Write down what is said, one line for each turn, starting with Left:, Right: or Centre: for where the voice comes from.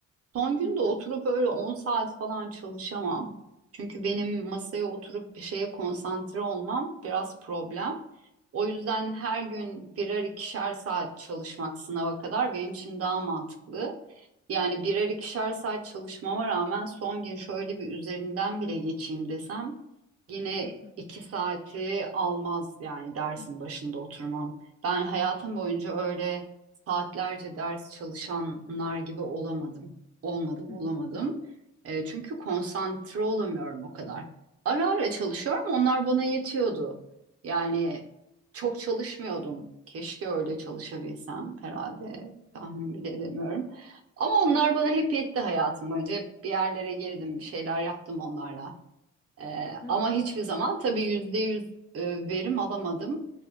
Right: Son gün
Left: Hı
Right: de oturup
Left: hı,
Right: öyle 10 saat falan çalışamam. Çünkü benim masaya oturup bir şeye konsantre olmam biraz problem. O yüzden her gün birer ikişer saat çalışmak sınava kadar benim için daha mantıklı. Yani birer ikişer saat çalışmama rağmen son gün şöyle bir üzerinden bile geçeyim desem yine
Left: hı hı,
Right: iki saati almaz yani dersin
Left: hı
Right: başında oturmam. Ben hayatım boyunca öyle saatlerce ders çalışanlar gibi olamadım. Olmadım,
Left: hı,
Right: olamadım. E, çünkü konsantre olamıyorum o kadar. Ara ara çalışıyorum, onlar bana yetiyordu. Yani çok çalışmıyordum. Keşke öyle çalışabilsem herhalde tahmin bile edemiyorum. Ama onlar bana hep yetti hayatım boyunca. Hep bir yerlere girdim, bir şeyler yaptım onlarla. E,
Left: hı
Right: ama
Left: hı,
Right: hiçbir zaman tabii yüzde yüz e, verim alamadım.